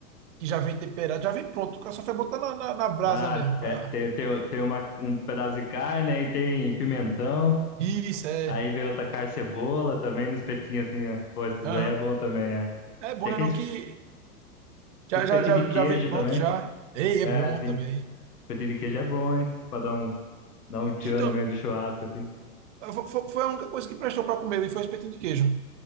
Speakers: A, on the right; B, on the left.
A: que já vem temperado, já vem pronto. O cara só foi botar na, na, na brasa
B: Ah,
A: mesmo. pá.
B: é, tem, tem, tem uma, um pedaço de carne, aí tem pimentão,
A: Isso, é.
B: aí vem outra carne cebola também no espetinho assim, né? Pô, esses
A: Aham.
B: aí é bom também, é.
A: É bom,
B: Tem
A: né?
B: aqueles
A: Não que já,
B: Esse
A: já,
B: petinho
A: já,
B: de queijo
A: já vem pronto,
B: também.
A: já. Ei,
B: É,
A: é bom
B: sim.
A: também.
B: Petinho de queijo é bom, hein? Pra dar um, dar um tchan
A: Então,
B: no meio do churrasco, assim.
A: fo- fo- foi a única coisa que prestou para comer, viu? foi o espetinho de queijo.